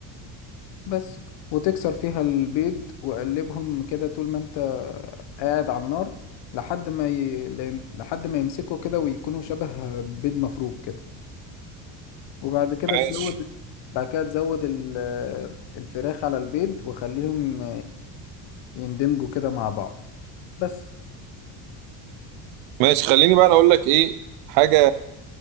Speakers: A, on the left (about 60°); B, on the right (about 75°).
A: بس وتكسر فيها البيض وقلبهم كده طول ما انت قاعد على النار لحد ما ي... لحد ما يمسكوا كده ويكونوا شبه بيض مفروك كده وبعد كده
B: ماشي
A: تزود بعد كده تزود ال- الفراخ على البيض وخليهم يندمجوا كده مع بعض بس
B: ماشي خليني بقى انا اقول لك ايه حاجه